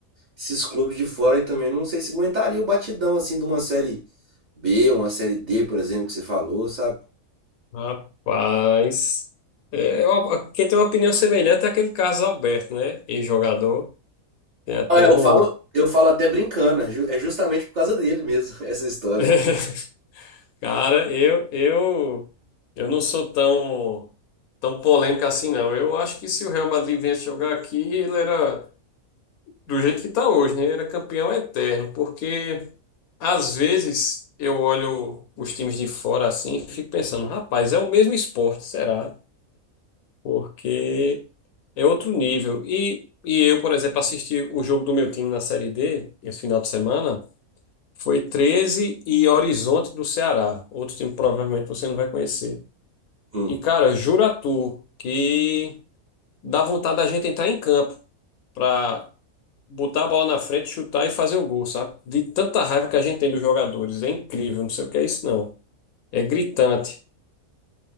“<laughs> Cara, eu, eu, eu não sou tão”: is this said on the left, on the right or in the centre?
Left